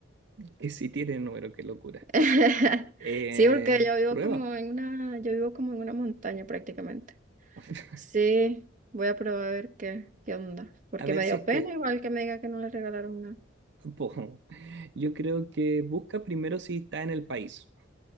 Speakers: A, on the right; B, on the right.
A: Que sí tiene número, qué locura.
B: <laughs>
A: Eh,
B: Sí, porque yo vivo
A: prueba.
B: como en una, yo vivo como en una montaña prácticamente.
A: <laughs>
B: Sí, voy a probar a ver qué, qué onda. Porque
A: A ver
B: me
A: si
B: dio
A: es
B: pena
A: que...
B: igual que me diga que no le regalaron nada.
A: po, yo creo que busca primero si está en el país.